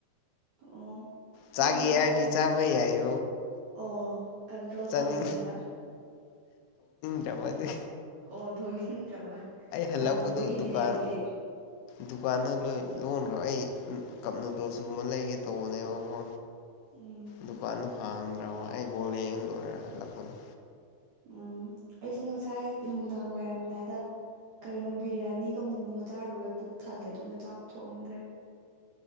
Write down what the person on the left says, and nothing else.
ꯆꯥꯒꯤ
ꯍꯥꯏꯗꯤ ꯆꯥꯕ ꯌꯥꯏ
ꯆꯥꯅꯤꯡ
ꯃꯗꯤ
ꯍꯜꯂꯛꯄꯗꯣ
ꯗꯨꯀꯥꯟ
ꯗꯨꯀꯥꯟꯗ ꯂꯣꯏ ꯂꯣꯟꯈ꯭ꯔꯣ ꯑꯩ ꯀꯞꯅꯗꯣ ꯁꯤꯒꯨꯝꯕ ꯂꯩꯒꯦ ꯇꯧꯕꯅꯦꯕꯀꯣ
ꯗꯨꯀꯥꯟ ꯍꯉꯝꯗ꯭ꯔꯕ ꯕꯣꯜ ꯌꯦꯡ ꯣꯏꯔ ꯍꯜꯛꯄꯗ